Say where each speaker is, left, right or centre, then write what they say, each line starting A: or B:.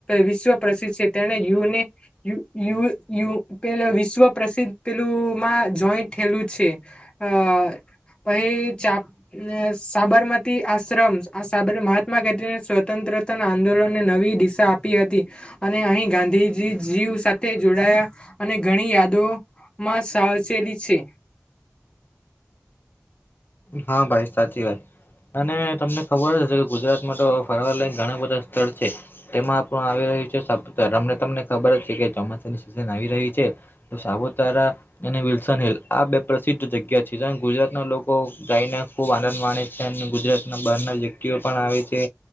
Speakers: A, on the left; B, on the left.
A: વિશ્વ પ્રસિદ્ધ છે તેને યુને યુ યુ યુ પેલો વિશ્વ પ્રસિદ્ધ પેલું માં જોઈન્ટ થયેલું છે અ પાહિ ચા સાબરમતી આશ્રમ મહાત્મા ગાંધીને સ્વતંત્ર સ્વતંત્ર આંદોલનને નવી દિશા આપી હતી અને અહીં ગાંધીજી જીવ સાથે જોડાયા અને ઘણી યાદો માં સાવચેલી છે
B: હા ભાઈ સાચી વાત અને તમને ખબર હશે કે ગુજરાતમાં તો ફરવા લાયક ઘણા બધા સ્થળ છે તેમાં પણ હવે સાપુતારા હમણાં તમને ખબર છે કે ચોમાસાની સિઝન આવી રહી છે તો સાપુતારા વિલ્સન હિલ આ બે પ્રસિદ્ધ જગ્યા છે જ્યાં ગુજરાતના લોકો લોકો ગાઈને ખુબ આનંદ માણે છે અને ગુજરાત ના બહાર ના વ્યક્તિઓ પણ આવે છે